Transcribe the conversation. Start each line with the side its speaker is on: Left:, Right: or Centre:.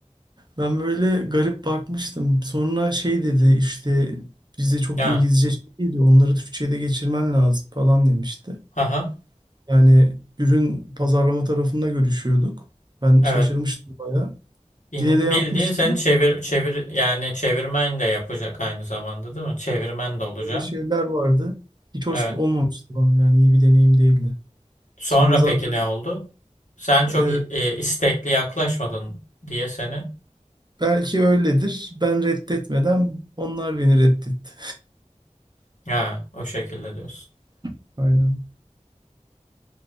Right: Ben böyle garip bakmıştım. Sonra şey dedi işte bizde çok
Left: Yani.
Right: İngilizce şey değil, onları Türkçe'ye de geçirmen lazım falan demişti.
Left: Aha.
Right: Yani ürün pazarlama tarafında görüşüyorduk. Ben
Left: Evet.
Right: şaşırmıştım bayağı.
Left: İng-
Right: Yine de yapmıştım.
Left: bildiğin sen çevir çevir yani çevirmen de yapacak aynı zamanda değil mi? Çevirmen de olacaksın.
Right: Böyle şeyler vardı. Hiç hoş
Left: Evet.
Right: olmamıştı bana yani iyi bir deneyim değildi.
Left: Sonra
Right: Sonra zaten
Left: peki ne oldu? Sen
Right: e,
Left: çok e, istekli yaklaşmadın diye seni
Right: belki öyledir. Ben reddetmeden onlar beni reddetti.
Left: ha o şekilde diyorsun.
Right: <laughs> Aynen.